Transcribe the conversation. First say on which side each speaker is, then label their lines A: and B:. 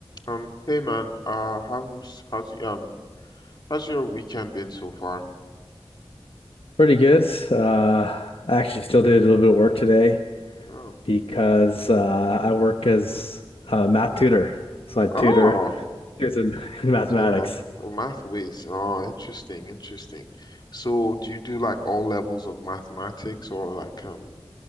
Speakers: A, on the left (about 50°); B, on the left (about 75°).
A: Um, hey man, uh, how's how's y- um how's your weekend been so far?
B: Pretty good. Uh, I actually still did a little bit of work today
A: Oh,
B: because uh, I work as a math tutor. So I tutor
A: oh,
B: kids in <laughs> mathematics,
A: so yeah, oh, math whiz. Oh, interesting, interesting. So, do you do like all levels of mathematics or like um